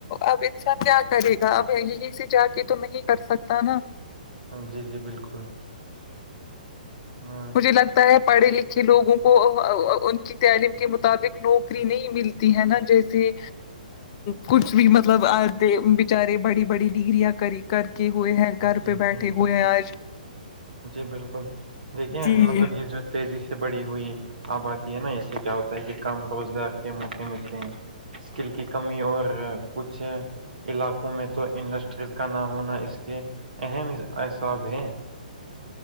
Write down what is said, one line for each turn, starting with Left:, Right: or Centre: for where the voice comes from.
Left: اب انسان کیا کرے گا اب یہیں سے جا کے تو نہیں کر سکتا نا
Right: اں جی جی بالکل ہاں
Left: مجھے لگتا ہے پڑھے لکھے لوگوں کو ان کی تعلیم کے مطابق نو کری نہیں ملتی ہے نا جیسے کچھ بھی مطلب آئے بچارے بڑی بڑی ڈگریاں کری کر کے ہوئے ہیں گھر
Right: جی
Left: پہ
Right: جی
Left: بیٹھے ہوئے ہیں آج
Right: جی بالکل دیکھیے
Left: جی
Right: مطلب یہ جو تیزی سے بڑی ہوئی آبادی ہے نا اسے کیا ہوتا ہے کہ کام روزگار کے موقع ملتے ہیں اسکل کی کمی اور کچھ علاقوں میں تو انڈسٹریز کا نہ ہونا اس کے اہم اساب ہے